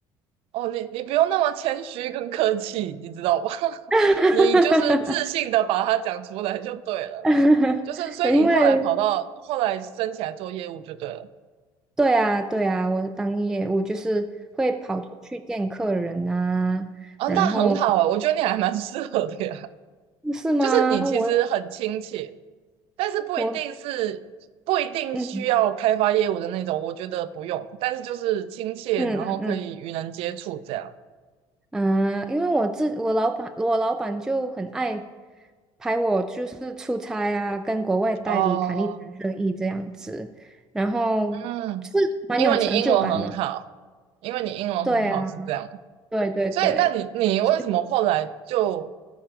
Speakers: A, on the right (about 70°); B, in the centre.
A: 哦，你你不用那么谦虚跟客气，你知道吧？<laughs>
B: <laughs>
A: 你就是自信的把它讲出来就对了。
B: <laughs>
A: 就是，所以你后来跑到后来升起来做业务就对了。
B: 因为对啊，对啊，我当业务就是会跑出去见客人啊，
A: 哦，
B: 然后
A: 那很好啊，我觉得你还蛮适合的呀。<laughs>
B: 是吗？
A: 就是你其实很亲切，
B: 我
A: 但是不一定是不一定需要开发业务的那种，
B: 我嗯
A: 我觉得不用。但是就是亲切，
B: 嗯嗯嗯，
A: 然后可以与人接触这样。
B: 嗯，因为我自我老板，我老板就很爱拍我，就是出差啊，跟国外代理谈一谈生意这样子，
A: 哦，
B: 然后是蛮有成就感的。
A: 嗯，因为你英文很好，因为你英文很好是这样。
B: 对啊，对对对，
A: 所以，那你你为什么后来就
B: 所以，